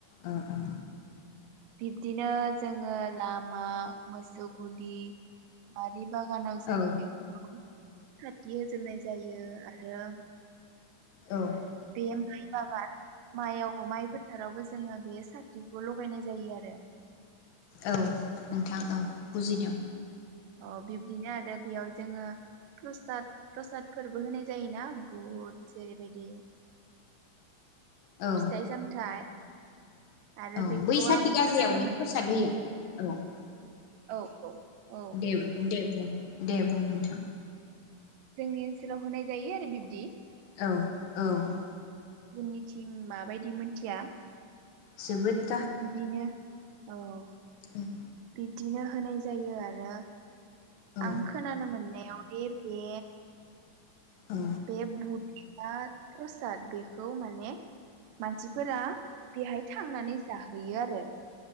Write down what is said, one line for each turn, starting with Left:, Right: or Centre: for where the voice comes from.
Left: ओ
Right: बिब बिदिनो जोङो लाब मा मोसौ गुलि माद बारि बागानाव जोङो
Left: औ
Right: बेख <unintelligible> साथि होजेननाय जायो आरो
Left: औ
Right: बे माइ बागान माइयाव माइ फोथारावबो जोङो बे साथिखौ लगायनाय जायो आरो
Left: औ नोंथां औ बुजिदों
Right: अ बिब्दिनो आरो बेयाव जोङो प्रसाद प्रसादफोरबो होनाय जायोना बुहुद जेरैबायदि
Left: औ
Right: फिथाइ सामथाइ आरो
Left: औ
Right: बेखौ
Left: बै साथि
Right: आं
Left: गाजियावनो
Right: खोनानो मोनदों
Left: प्रसाद होयो? औ ।
Right: औ औ औ
Left: देब दे बुं । दे बुं नोंथां ।
Right: जोंनि ओनसोलाव होनाय जायो आरो बिब्दि ।
Left: औ औ ।
Right: बुनिथि दिं माबायदि मिथिया
Left: जोबोद
Right: बिब्दिनो औ ।
Left: ओं ।
Right: बिदिनो होनाय जायो आरो
Left: औ
Right: आं खोनानो मोननाय बेयाव दे बे
Left: औ
Right: बे बुद प्रसाद बेखौ माने मानसिफोरा बेहाय थांनानै जाहैयो आरो ।